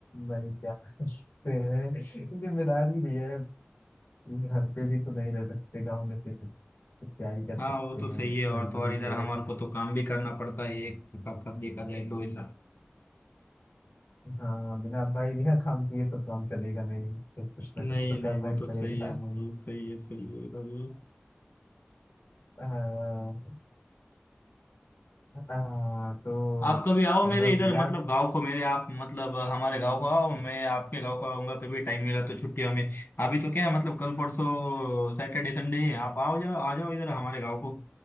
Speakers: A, on the left; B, on the left.
A: भाई क्या करते हैं जिम्मेदारी भी है घर पे भी तो नहीं रह सकते गाँव में से तो क्या ही कर सकते
B: हाँ वो तो
A: हैं
B: सही है और
A: मजबूरी
B: तो और इधर
A: है
B: हमारे को तो काम भी करना पड़ता है एक कब कब देखा जाए तो ऐसा
A: हाँ बिना भाई बिना काम किए तो काम चलेगा नहीं तो कुछ ना
B: नहीं
A: कुछ तो
B: नहीं
A: करना
B: वो
A: ही
B: तो
A: पड़ेगा
B: सही है भाई सही है सही है भाई
A: आ, आ, तो
B: आप कभी आओ
A: मतलब
B: मेरे इधर
A: यार
B: मतलब गांव को मेरे आप मतलब हमारे गांव को आओ मैं आपके गांव को आऊंगा कभी टाइम मिला तो छुट्टियों में अभी तो क्या है मतलब कल परसों सैटरडे संडे है आप आओ जाओ आ जाओ इधर हमारे गांव को